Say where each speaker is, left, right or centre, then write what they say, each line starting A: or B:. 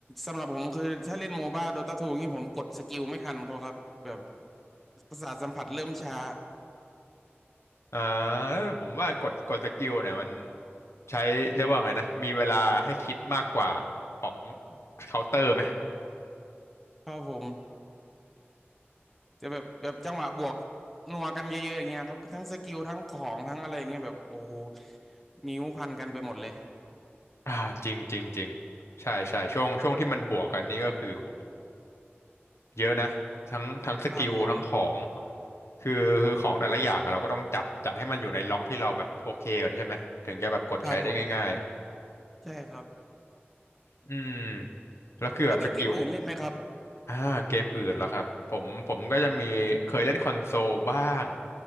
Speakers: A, in the centre; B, on the left (about 85°).
A: สำหรับผมคือถ้าเล่นโมบ้าโดตาทูนี่ผมกดสกิลไม่ทันเขาครับแบบประสาทสัมผัสเริ่มช้า
B: อ่าแล้วผมว่ากดกดสกิลเนี่ยมันใช้เรียกว่าไงนะมีเวลาให้คิดมากกว่าของเคาน์เตอร์ไหม
A: ครับผม จะแบบแบบจังหวะบวกนัวกันเยอะๆอย่างเงี้ยครับทั้งสกิลทั้งของทั้งอะไรอย่างเงี้ยแบบโอ้โหนิ้วพันกันไปหมดเลย
B: อ่าจริงจริงจริงใช่ใช่ช่วงช่วงที่มันบวกกันนี่ก็คือโหเยอะนะทั้งทั้งสกิลทั้งของ
A: ครับผม
B: คือคือของแต่ละอย่างอะเราก็ต้องจัดจัดให้มันอยู่ในล็อกที่เราแบบโอเคก่อนใช่ไหมถึงจะแบบกดใช้ได้ง่าย
A: ครับผมใช่ครับ
B: ๆอืมแล้วคือแบบสกิล
A: แล้วมีเกมอื่นเล่นไหมครับ
B: อ่าเกมอื่นแล้วครับผมผมก็จะมีเคยเล่นคอนโซลบ้าง